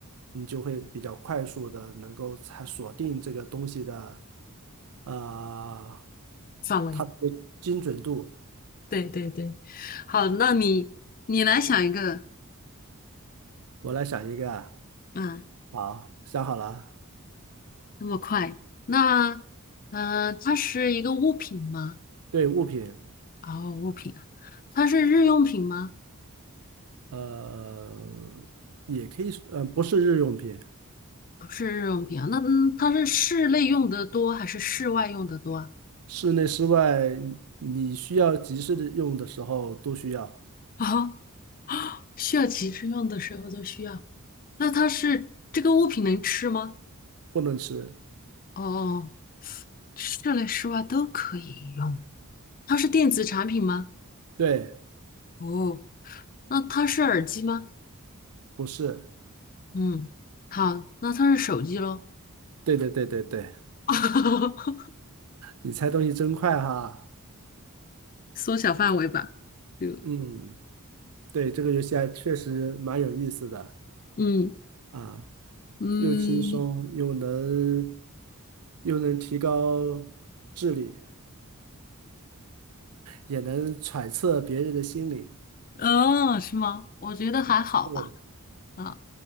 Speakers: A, on the right; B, on the left.
A: 你就会比较快速的能够猜锁定这个东西的，呃，
B: 范围，
A: 它的精准度。
B: 对对对，好，那你你来想一个，
A: 我来想一个啊，
B: 嗯，
A: 好，想好了啊
B: 那么快，那，嗯、呃它是一个物品吗？
A: 对，物品，
B: 哦，物品啊它是日用品吗？
A: 呃，也可以是，呃，不是日用品，
B: 不是日用品啊，那嗯，它是室内用的多还是室外用的多啊？
A: 室内室外，你需要及时的用的时候都需要，
B: 啊，需要急着用的时候都需要。那它是这个物品能吃吗？
A: 不能吃。
B: 哦，室内室外都可以用。它是电子产品吗？
A: 对，
B: 哦，那它是耳机吗？
A: 不是，
B: 嗯，好，那它是手机喽。
A: 对对对对对，
B: <laughs>
A: 你猜东西真快哈。
B: 缩小范围吧，就
A: 嗯，对，这个游戏还确实蛮有意思的
B: 嗯
A: 啊，
B: 嗯
A: 又轻松，又能又能提高智力，也能揣测别人的心理。
B: 哦，是吗？我觉得还好吧。
A: 对，
B: 啊，